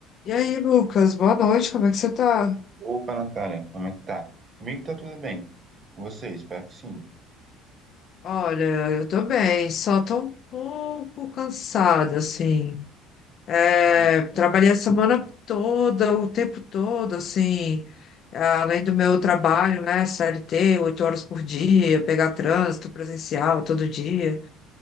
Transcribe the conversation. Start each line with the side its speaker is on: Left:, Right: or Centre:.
Left: E aí, Lucas, boa noite, como é que você tá?
Right: Opa, Natália, como é que tá? Comigo tá tudo bem. Com Você, espero que sim.
Left: Olha, eu tô bem, só tô um pouco cansada, assim. É,
Right: Uma luta,
Left: trabalhei
Right: né?
Left: a semana toda, o tempo todo, assim, é, além do meu trabalho, né, CLT, oito horas por dia, pegar trânsito presencial todo dia,